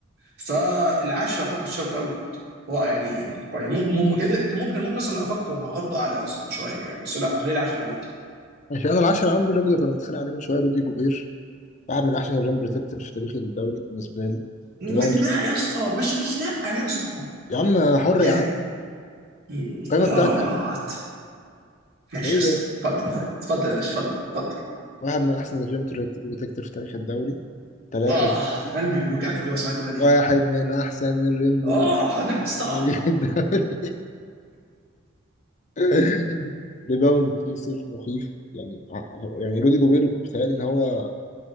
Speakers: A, on the right (about 65°); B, on the left (about 35°).
A: فالعاشر اعتقد شوت اوت رائع ليه يعني كويس ممكن ممكن ممكن اصلا افكر هحطه اعلى مثلا شويه كمان بس لا خليه العاشر دلوقتي
B: ماشي انا العاشر عندي الراجل اللي كنا بنتخانق عليه من شويه رودي جوبير واحد من احسن الريم بروتكتور في تاريخ الدوري بالنسبه لي
A: م-
B: ريباوند تشيستر
A: لا يا اسطى مش مش لا يا اسطى
B: يا عم حر
A: يعني
B: يا عم
A: مم،
B: القائمه
A: يا
B: بتاعتي يا
A: جاد
B: عم
A: ماشي
B: ده ايه
A: يا اسطى
B: ده
A: اتفضل اتفضل اتفضل يا باشا اتفضل اتفضل
B: واحد من أحسن الريم بروتكتور في تاريخ الدوري ثلاثة
A: اه
B: دي بوي
A: قلبي بيوجعني كل ما اسمع الجمله دي
B: واحد من أحسن الريم بروتكتور
A: اه انا
B: في
A: استوعب
B: تاريخ الدوري <laughs> ريباوند كيسر مخيف يعني يعني رودي جوبير بيتهيألي إن هو